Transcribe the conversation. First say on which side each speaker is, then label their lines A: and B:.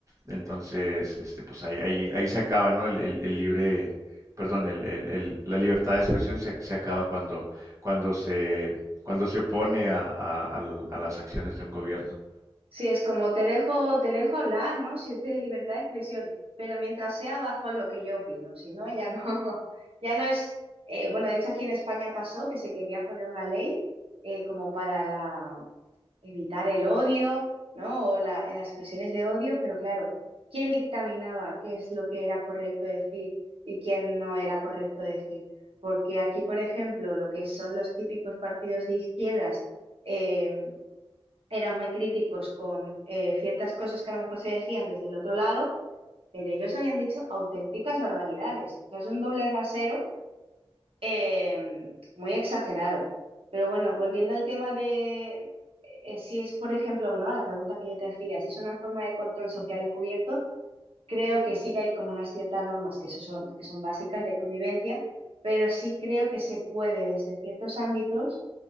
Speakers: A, on the right; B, on the right.
A: Entonces, este, pues ahí, ahí, ahí se acaba, ¿no? El, el- el libre, perdón, el- el- el- la libertad de expresión se, se acaba cuando, cuando se, cuando se opone a, a- al- a las acciones de un gobierno.
B: Sí, es como te dejo, te dejo hablar, ¿no? Si usted es libertad de expresión, pero mientras sea bajo lo que yo opino, si no, ya no, <laughs> ya no es, eh, bueno, de hecho aquí en España pasó que se quería poner una ley eh, como para la, evitar el odio, ¿no? O la- las expresiones de odio, pero claro, ¿quién dictaminaba qué es lo que era correcto decir y quién no era correcto decir? Porque aquí, por ejemplo, lo que son los típicos partidos de izquierdas, em, eran muy críticos con eh, ciertas cosas que a lo mejor se decían desde el otro lado, pero ellos habían dicho auténticas barbaridades. O sea, es un doble rasero eh, muy exagerado. Pero bueno, volviendo al tema de eh, si es, por ejemplo, ¿no? a la pregunta que yo te hacía, si es una forma de control social encubierto, creo que sí que hay como unas ciertas normas que, eso son, que son básicas de convivencia, pero sí creo que se puede desde ciertos ámbitos